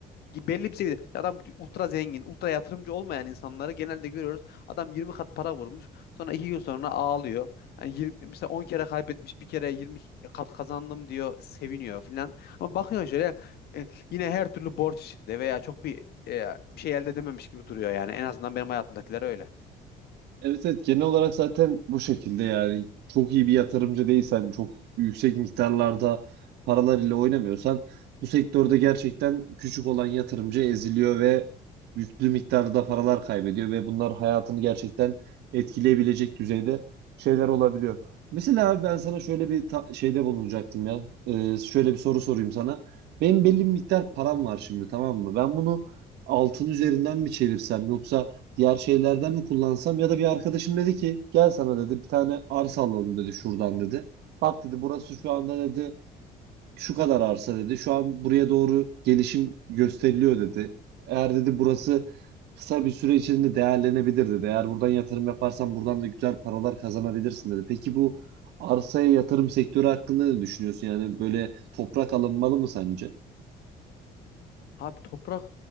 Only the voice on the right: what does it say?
Evet evet genel olarak zaten bu şekilde yani çok iyi bir yatırımcı değilsen çok yüksek miktarlarda paralar ile oynamıyorsan bu sektörde gerçekten küçük olan yatırımcı eziliyor ve yüklü miktarda paralar kaybediyor ve bunlar hayatını gerçekten etkileyebilecek düzeyde şeyler olabiliyor. Mesela abi ben sana şöyle bir ta- şeyde bulunacaktım ya Ee, şöyle bir soru sorayım sana. Benim belli bir miktar param var şimdi tamam mı? Ben bunu altın üzerinden mi çevirsem yoksa diğer şeylerden mi kullansam ya da bir arkadaşım dedi ki gel sana dedi bir tane arsa alalım dedi şuradan dedi. Bak dedi burası şu anda dedi şu kadar arsa dedi. Şu an buraya doğru gelişim gösteriliyor dedi. Eğer dedi burası kısa bir süre içinde değerlenebilir dedi. Eğer buradan yatırım yaparsan buradan da güzel paralar kazanabilirsin dedi. Peki bu arsaya yatırım sektörü hakkında ne düşünüyorsun? Yani böyle toprak alınmalı mı sence?